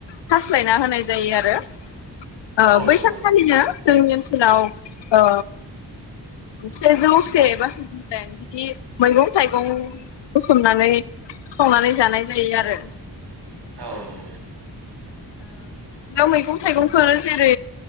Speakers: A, on the left; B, on the right.
A: खासि सोलायना होनाय जायो आरो। ओ
B: औ
A: बैसानखालिनो
B: नंगौ नंगौ
A: जोंनि ओन उनाव ओ सेजौ से बा जौसे नि बिदि मैगं-थाइगं बुथुमनानै संनानै जानाय जायो आरो
B: औ नंगौ।
A: ओ मैगं थाइगंफोर जेरै